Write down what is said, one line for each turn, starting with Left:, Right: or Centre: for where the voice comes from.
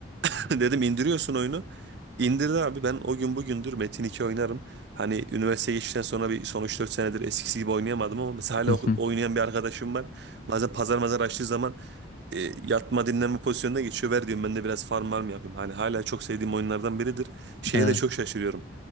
Right: <laughs> Dedim indiriyorsun oyunu. İndirdi abi ben o gün bugündür Metin iki oynarım. Hani üniversiteye geçtikten sonra bir son üç dört senedir eskisi gibi oynayamadım ama mesela hala
Left: Hı
Right: o-
Left: hı.
Right: oynayan bir arkadaşım var. Bazen pazar mazar açtığı zaman e, yatma dinlenme pozisyonuna geçiyor. Ver diyorum ben de biraz farm var mı yapayım. Hani hala çok sevdiğim oyunlardan biridir. Şeye
Left: Evet.
Right: de çok şaşırıyorum.